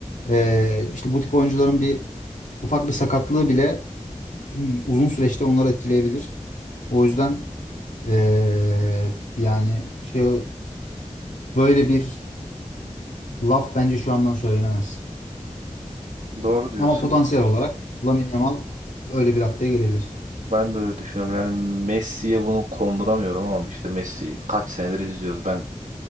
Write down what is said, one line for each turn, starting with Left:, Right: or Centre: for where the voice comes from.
Left: E, işte bu tip oyuncuların bir ufak bir sakatlığı bile m, uzun süreçte onları etkileyebilir. O yüzden eee, yani şey böyle bir laf bence şu andan söylenemez.
Right: Doğru diyorsun.
Left: Ama potansiyel olarak Lamine Yamal öyle bir raddeye gelebilir.
Right: Ben de öyle düşünüyorum. Yani Messi'ye bunu konduramıyorum ama işte Messi kaç senedir izliyoruz. Ben